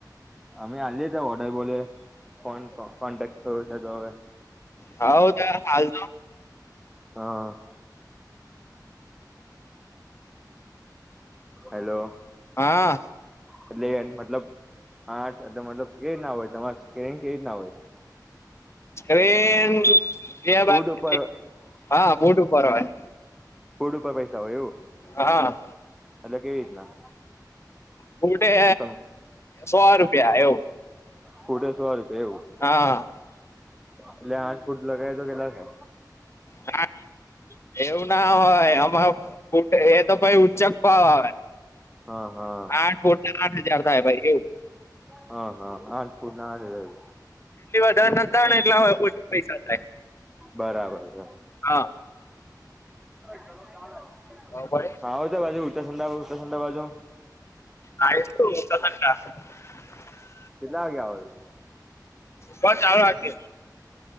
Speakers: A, in the centre; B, on the left.
A: અમે આએ ત ઓર્ડર બોલે ફ કોન્ટેક્ટ થયો છે તો હવે.
B: હ ત હાલ તો.
A: હા. હલો.
B: હા
A: એટલે મતલબ આટ મતલબ કે ના હોય તમાર કેમ કે એ જ ના હોય છે.
B: એ. <unintelligible>
A: ફૂડ ઉપર
B: હા બૂટ ઉપર હોય
A: ફોડ ઉપર પૈસા હોય એવું
B: હા
A: એટ કેવી રીતના
B: બટે
A: સમ
B: સો રૂપિયા એવું
A: કુટે સો રૂપિયા એવું
B: હા
A: એટલે આઠ ફૂટ લગાવ તો કેટલાકે
B: ના એવું ના હોય આમાં ફૂટે એ તો પ ચકપા આવે
A: હા હા
B: આઠ ફૂટના આઠ હજાર થાય ભાઈ એવું
A: હા હા આઠ ફૂટના આઠ હજાર
B: તણ એટલા હોયછ પૈસા થાય.
A: બરાબર છે
B: હા.
A: <inaudible>
B: બરોબર
A: હા હો તો બાજુ ઉચાં ઉચાચંડા બાજુ
B: આવીશ <unintelligible>
A: કેટલા વાગે આવો છો?
B: બાઈ ચાલુ રાખજે.